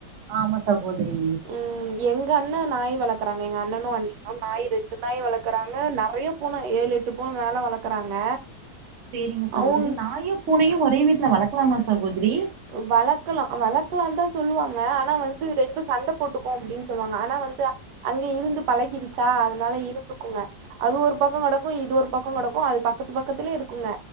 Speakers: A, on the right; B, on the right.
A: ஆம சகோதரி
B: ம் எங்க அண்ணே நாய் வளக்குறாங்க எங்க அண்ணனு அண்ணியு நாய் ரெண்டு நாய் வளக்குறாங்க நெறைய பூன ஏழு எட்டு பூன மேல வளக்குறாங்க
A: சேரிங்க சகோதரி
B: அவுங்க
A: நாயு பூனையு ஒரே வீட்ல வளக்கலாமா சகோதரி
B: வளக்கலா வளக்கலான்னுதா சொல்லுவாங்க ஆனா வந்து ரெண்டு சண்டை போட்டுக்கு அப்டின்னு சொல்லுவாங்க ஆனா வந்து அங்க இருந்து பழகிருச்சா அதனால இரு ந்துக்குங்க அது ஒரு பக்கோ கெடக்கு இது ஒரு பக்கோ கெடக்கு அது பக்கத்து பக்கத்துலயே இருக்குங்க